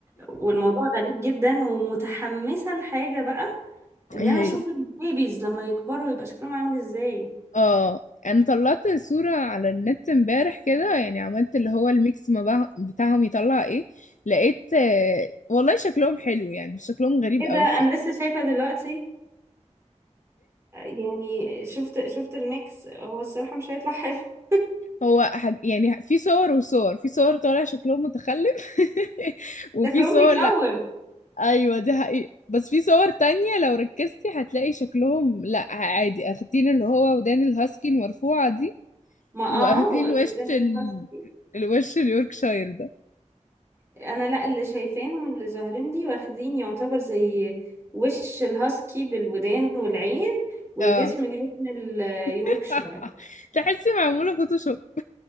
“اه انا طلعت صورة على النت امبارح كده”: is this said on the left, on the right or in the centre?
Left